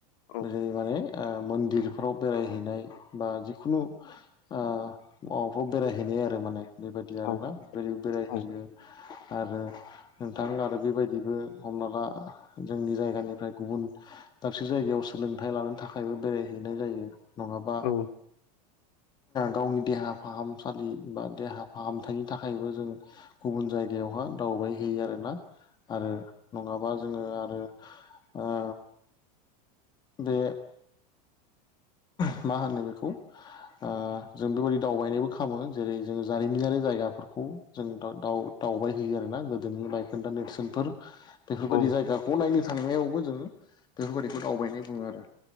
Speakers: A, on the left; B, on the left.
A: औ
B: जै माने मन्दिरफ्राव बेरायहैनाय बा जिखुनु ओ माबाफ्राव बेरायहैनाय आरो माने बेबायदि आरोना
A: औ
B: बे बेरायहैयो।
A: औ
B: आरो नोंथां आरो बेबायदिबो हमना ला जोंनि जायगा जायगानिफ्राय गुबुन दाबसे जायगायाव सोलोंथाइ लानो थाखायबो बेरायहैनाय जायो। नङाबा
A: औ
B: गावनि देहा फाहामसालि बा देहा फाहामथायनि थाखायबो जों गुबुन जायगायावहाय दावबायहैयो आरो ना। आरो नङाबा जोङो आरो ओ बे
A: <unintelligible>
B: मा होनो बेखौ ओ जों बेबायदि दावबायनोबो खालामो जेरै जोङो जारिमिनारि जायगाफोरखौ खौ जों दाव दावबायहैयो आरोना गोदोनि बायखोन्दा नेरसोनफोर बेफोरबायदि
A: औ
B: जायगाखौ नायनो थांनायावबो जोङो बेफोरबायदिखौ दावबायनाय बुङो आरो।